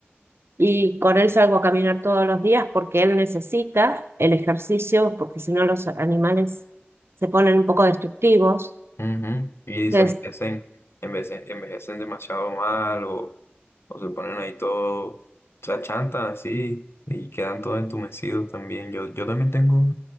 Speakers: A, on the right; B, on the left.
A: y con él salgo a caminar todos los días porque él necesita el ejercicio, porque si no los animales se ponen un poco destructivos.
B: Ujú. Y
A: Entonces,
B: se envejecen, envejecen, envejecen demasiado mal o, o se ponen ahí todo, se achantan así y quedan todos entumecidos también. Yo, yo también tengo